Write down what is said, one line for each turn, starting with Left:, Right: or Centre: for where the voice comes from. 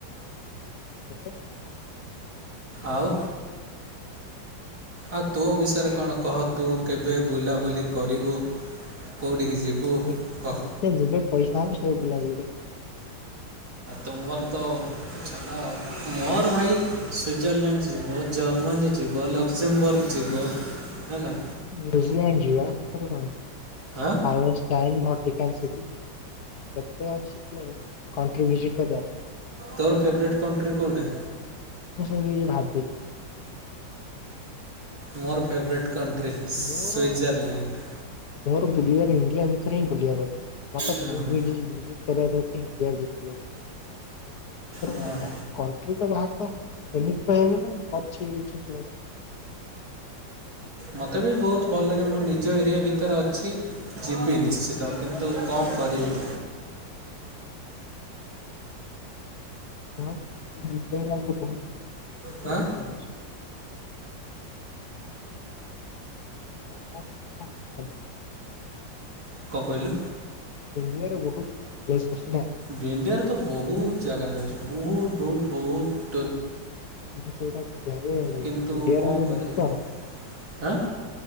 Left: କେତେ?
Right: ଆଉ ଆଉ ତୋ ବିଷୟରେ କଣ କହ? ତୁ କେବେ ବୁଲାବୁଲି କରିବୁ? କେଉଁଠିକି ଯିବୁ
Left: ଦେଖିଆ
Right: କହ
Left: ଯିବା ପଇସା ହଉ ସବୁ <unintelligible>
Right: ତୁମର ତ ଛାଡ଼ ମୋର ଭାଇ ସୁଇଜରଲ୍ୟାଣ୍ଡ ଯିବ ଜର୍ମାନୀ ଯିବ ଲକ୍ଜମ୍ବର୍ଗ ଯିବ ହେଲା।
Left: ନ୍ୟୁଜିଲ୍ୟାଣ୍ଡ ଯିବା ଏଥିରେ କଣ ଅଛି।
Right: ଆଁ
Left: ଆଉ ଚାଇନ୍ ଭଟିକାନ୍ ସିଟି କେତେ ଅଛି ପ୍ଲେସ୍ କଣ୍ଟ୍ରି ଭିଜିଟ୍ କରିବା।
Right: ତୋର ଫେଭରେଟ୍ କଣ୍ଟ୍ରି କେଉଁଟା
Left: ମୁଁ ସେମିତି କିଛି ଭାବିନି।
Right: ମୋର ଫେଭରାଇଟ୍ କଣ୍ଟ୍ରି ସୁଈଜରଲ୍ୟାଣ୍ଡ୍।
Left: ମୋର ମୋର ବୁଲିବାର ଇଣ୍ଡିଆ ଭିତରେ ହିଁ ବୁଲିବାର ଅଛି। ମତେ
Right: ହଁ
Left: <unintelligible>
Right: ହଁ
Left: ଭିଜିଟ୍ କରିବାର <unintelligible> ତା ପରେ
Right: ହଁ
Left: କଣ ହେଲା କଣ୍ଟ୍ରି <unintelligible> ସେମିତି କହିବାକୁ ଗଲେ ଅଛି ଏଇଠି ପ୍ଲେସ୍।
Right: ମତେ ବି ବହୁତ୍ ଭଲ ଲାଗେ ମୋ ନିଜ ଏରିଆ ଭିତରେ ଅଛି। ଯିବି ନିଶ୍ଚିତ କିନ୍ତୁ କଣ କରିବି।
Left: ହଁ ଇଣ୍ଡିଆ ରେ ଆଗ ବହୁତ୍ <unintelligible>
Right: ହାଁ
Left: <inaudible>
Right: କଁ କହିଲୁ?
Left: ଇଣ୍ଡିଆରେ ବୋହୁତ ପ୍ଲେସ ଅଛି। ନା।
Right: ବେ ଇଣ୍ଡିଆରେ ତ ବୋହୁତ ଜାଗା ରହି ବୋହୁତ୍ ବୋହୁତ୍ ବୋହୁତ୍
Left: ମୁଁ ସେଇଟା ଜାଣିନି
Right: କିନ୍ତୁ
Left: ଇଣ୍ଡିଆରେ
Right: କ'ଣ କରିବା
Left: <inaudible> କଣ?
Right: ହାଁ